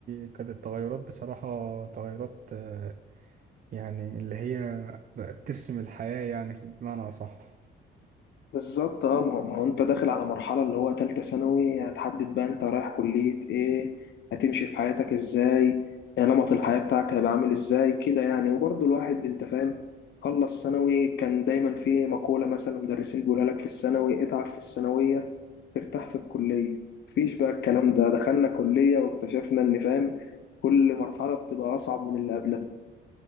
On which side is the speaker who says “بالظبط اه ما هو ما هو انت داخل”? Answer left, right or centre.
Left